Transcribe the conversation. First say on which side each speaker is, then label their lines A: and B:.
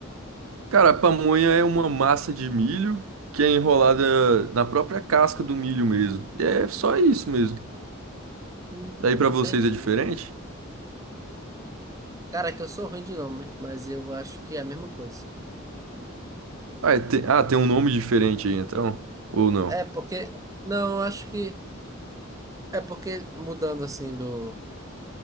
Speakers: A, on the right; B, on the right.
A: Cara, a pamonha é uma massa de milho que é enrolada na própria casca do milho mesmo. E é só isso mesmo.
B: Hum,
A: Daí pra vocês
B: entendi.
A: é diferente?
B: Cara, é que eu sou ruim de nome, mas eu acho que é a mesma coisa.
A: Ah, é te- ah, tem um nome diferente aí então? Ou não?
B: É porque. Não, eu acho que. É porque mudando assim do,